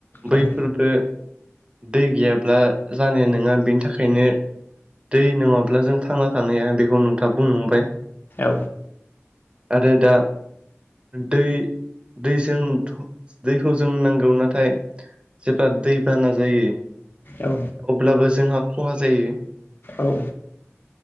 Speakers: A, on the left; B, on the right.
A: औ
B: बैफोरबो दै गैयाब्ला जानाया नङा बेनि थाखायनो दै नङाब्ला जों थांना थानो हाया बेखौ नोंथाङा बुंलांबाय
A: औ
B: आरो दा दै दैजों दैखौ जों नांगौ नाथाय जेब्ला दैबाना जायो
A: औ
B: अब्लाबो जोंहा ख'हा जायो
A: औ।